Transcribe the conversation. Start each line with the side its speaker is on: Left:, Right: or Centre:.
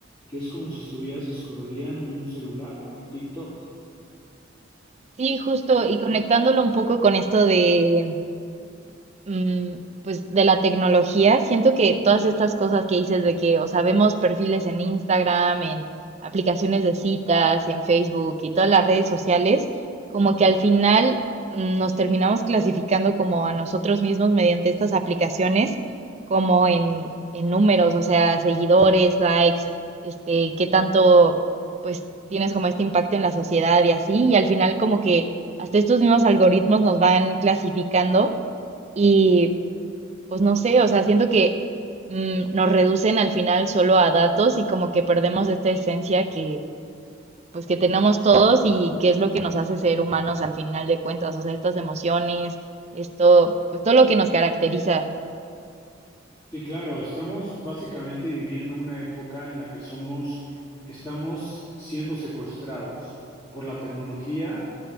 Left: que es como si estuvieras scrolleando en un celular o en TikTok.
Right: Sí, justo, y conectándolo un poco con esto de mm, pues de la tecnología, siento que todas estas cosas que dices de que, o sea, vemos perfiles en Instagram, en aplicaciones de citas, en Facebook y todas las redes sociales, como que al final mm, nos terminamos clasificando como a nosotros mismos mediante estas aplicaciones, como en, en números, o sea, seguidores, likes, este, qué tanto, pues, tienes como este impacto en la sociedad y así, y al final como que hasta estos mismos algoritmos nos van clasificando. Y pues no sé, o sea, siento que mm, nos reducen al final solo a datos y como que perdemos esta esencia que pues que tenemos todos y que es lo que nos hace ser humanos al final de cuentas, o sea, estas emociones, esto, pues todo lo que nos caracteriza.
Left: Sí, claro, estamos básicamente viviendo una época en la que somos, estamos siendo secuestrados por la tecnología